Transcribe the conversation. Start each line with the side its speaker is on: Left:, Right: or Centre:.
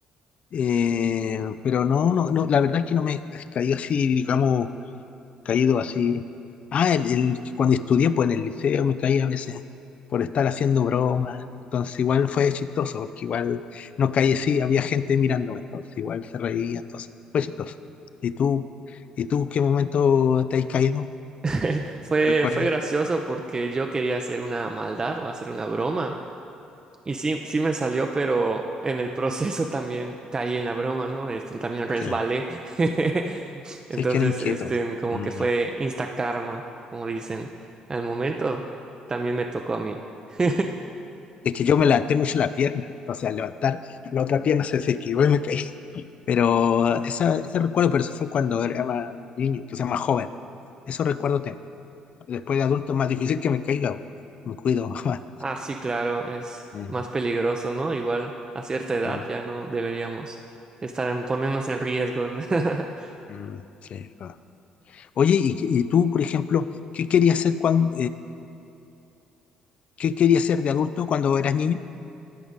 Left: Eh, pero no, no, no, la verdad es que no me caí así, digamos, caído así. Ah, el, el- cuando estudié, pues en el liceo me caí a veces por estar haciendo bromas. Entonces igual fue chistoso, porque igual no caí así, había gente mirándome, entonces igual se reía, entonces fue chistoso. ¿Y tú, y tú qué momento te has caído?
Right: <laughs> Fue,
Left: ¿Recuerdas?
Right: fue gracioso porque yo quería hacer una maldad o hacer una broma. Y sí, sí me salió, pero en el proceso también caí en la broma, ¿no? Este, también resbalé.
Left: Sí,
Right: <laughs>
Left: sí,
Right: Entonces,
Left: que era inquieto.
Right: este, como
Left: Mm.
Right: que fue insta karma, como dicen. Al momento también me tocó a mí. <laughs>
Left: Es que yo me levanté mucho la pierna, entonces al levantar la otra pierna se, se esquivó y me caí. Pero esa- ese recuerdo, pero eso fue cuando era más niño, que sea más joven. eso recuerdo tengo. Después de adulto es más difícil que me caiga, bo. me cuido <laughs> más.
Right: Ah, sí, claro, es
Left: Ujú,
Right: más peligroso, ¿no? Igual a cierta edad
Left: ujú.
Right: ya no deberíamos estar en ponernos en riesgo. ¿no? <laughs>
Left: Mm, sí, va. Oye, ¿y, qué- y tú, por ejemplo, qué querías ser cuando, qué querías ser de adulto cuando eras niño?